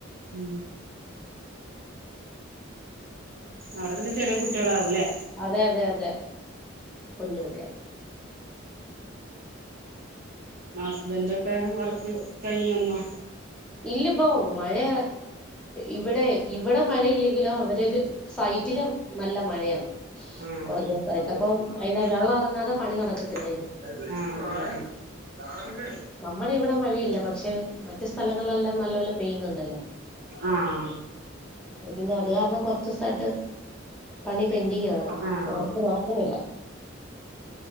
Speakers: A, on the right; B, in the centre.
A: ഉം അവിടെ പിന്നെ ചെറിയ കുട്ടികളാവൂല്ലേ
B: അതെ അതെ അതെ കഞ്ഞ് കുട്ടിയാണ്
A: ഹസ്ബന്റൊക്കെ വർക്ക് കഴിഞ്ഞു വന്നോ
B: ഇല്ല ഇപ്പോ മഴയ ഇവിടെ ഇവിടെ മഴയില്ലെങ്കിലോ അവരൊരു സൈറ്റിലും നല്ല മഴയാണ്.
A: ആഹ്
B: കുറേ ദിവസമായിട്ട് അപ്പം അതിന്റെ
A: ആഹ്
B: വെള്ളം ഇറങ്ങാതെ പണി നടക്കത്തില്ല ഇനി
A: <unintelligible> കാണാ വിട്ടേണ്
B: നമ്മുടെ ഇവിടെ മഴയില്ല പക്ഷെ മറ്റു സ്ഥലങ്ങളിലെല്ലാം നല്ലപോലെ പെയ്യുന്നുണ്ടല്ലോ
A: ആഹ്
B: അതിന്റെ അത് കാരണം കൊറച്ചോസായിട്ട് പണി പെൻഡിങ് ആണ്
A: ആഹ്
B: വർക്ക് നടക്കുന്നില്ല